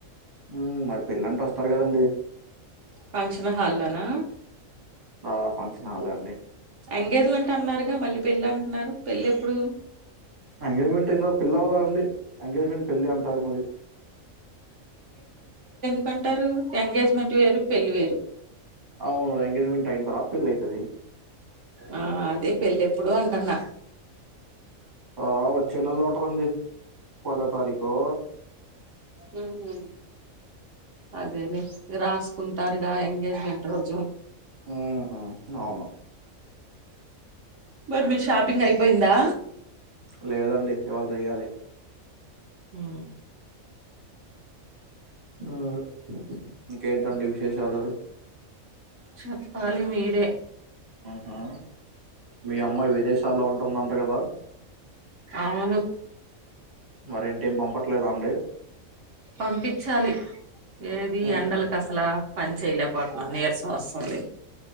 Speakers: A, on the right; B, on the right.
A: ఉమ్ మరి పెళ్ళంటే వస్తారు కదండి
B: ఫంక్షన్ హాల్ లోనా
A: ఆ ఫంక్షన్ హాలే అండి
B: ఎంగేజ్మెంట్ అన్నారుగా మళ్ళీ పెళ్ళి అంటున్నారు పెళ్ళి ఎప్పుడు
A: ఎంగేజ్మెంట్ అయిందా పెళ్లి అవ్వదా అండి ఎంగేజ్మెంట్ పెళ్ళి అంటారు మరి
B: ఎందుకు అంటారు ఎంగేజ్మెంట్ వేరు పెళ్లి వేరు
A: అవును ఎంగేజ్మెంట్ అయినా తర్వాత పెళ్ళి అయితది
B: ఆ అదే పెళ్లి ఎప్పుడు అంటన్న
A: ఆ వచ్చే నెలలో ఉంటది అండి పదో తారీకో
B: ఉమ్ హు అదే లే రాసుకుంటారుగా ఎంగేజ్మెంట్ రోజు
A: ఉమ్ అవును
B: మరి మీ షాపింగ్ అయిపోయిందా
A: లేదండి ఇవాళ చెయ్యాలి
B: ఉమ్
A: ఉమ్ ఇంకేంటండి విశేషాలు
B: చెప్పాలి మీరే
A: అహా మీ అమ్మాయి విదేశాల్లో ఉంటుంది అంట కదా
B: అవును
A: మరేంటి ఏం పంపట్లేదా అండి
B: పంపించాలి ఏది
A: ఉహు.
B: ఎండలకు అసలా పని చేయలేకపోతున్నా నీరసం వస్తుంది